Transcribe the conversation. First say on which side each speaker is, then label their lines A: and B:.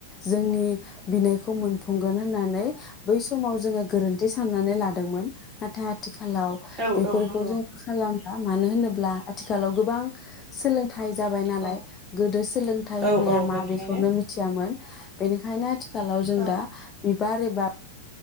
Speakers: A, on the left (about 25°); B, on the right (about 15°).
A: जोंनि बिनायखौ मोनफुंगोन होननानै बै समाव जोङो गोरोन्थि साननानै लादोंमोन नाथाय आथिखालाव
B: औ
A: बेफोरखौ
B: औ नंगौ
A: जोङो खालाम मानो होनोब्ला आथिखालाव गोबां सोलोंथाइ जाबाय नालाय
B: औ
A: गोदो सोलोंथाइ होननाया
B: औ औ
A: मा
B: बेनिखायनो
A: बेखौनो मिथियामोन बेनिखायनो आथिखालाव जों
B: औ
A: दा बिबार एबा